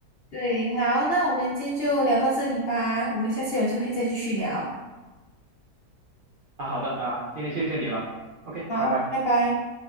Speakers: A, on the left; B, on the right.
A: 对，好，那我们今天就聊到这里吧，我们下次有机会再继续聊。
B: 啊，好的啊，今天谢谢你了，OK，
A: 好，
B: 拜拜。
A: 拜拜。